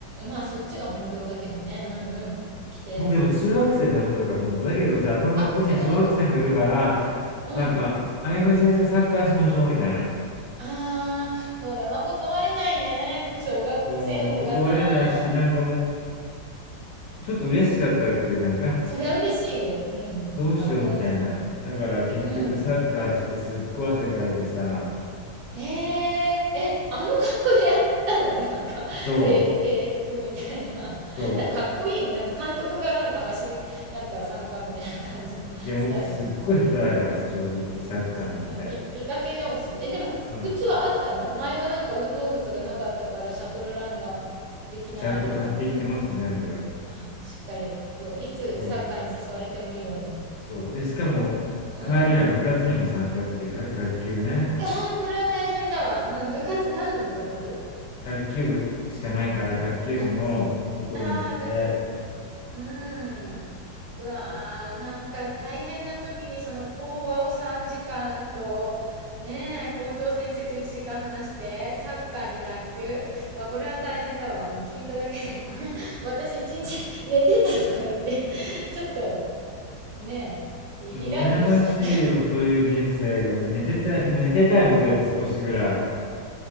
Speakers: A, on the right; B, on the left.
A: まあそっちが本業だけどね。うんうん。来て。
B: 僕でも中学生担当だから本当だけどさ、この学校には小学生もいるから、
A: あ、そういうことか。うん。
B: なんか、あゆむ先生サッカーしましょうみたいな。
A: ああ、これは断れないね。小学生の子がさ。
B: もう断れないし、なんかもう、ちょっと嬉しかったわけよ。なんか、あ、
A: そりゃ嬉しいよ。うん。
B: どうしようみたいな。
A: 学校の、
B: だから結局サッカーしてすっごい汗かいてさ、
A: うん。ええ、え、あの格好でやったの？<laughs> なんか、
B: そう、
A: せ制服みたいな。<laughs>
B: そ
A: なんかかっこいいね。なんか監督がなんか走りなんか参加みたいな感じの <laughs>
B: う。でも僕すっごい下手だからさ、
A: スタイルじゃん。
B: 正直サッカーなんて。
A: じみ見かけ倒し。え、でも靴はあったの？
B: そう。
A: 前はなんか運動靴がなかったからシャトルランができないとか言って。
B: ちゃんと買っていってます、全部。
A: あ、しっかり、よいつサッカーに誘われてもいいように。
B: そう、そう。で、しかも、
A: うん。
B: 帰りは部活にも参加っていう、た卓球ね。
A: ああ、これは大変だわ。うん、部活、何の部活？
B: 卓球部しかないから、卓球部のところに行って、
A: あ、ああ、卓球部。うーん。うわー、なんか大変な時にその講話を3時間と、ねえ、校長先生と1時間話して、サッカーに卓球わ、これは大変だわ。うん聞いただけでごめん。私一日寝てたとか言って、ちょっとねえ、イイラッとしちゃった。
B: もう羨ましい、もうそういう人生が、もう寝てたい、もう寝てたい僕だって少しぐらい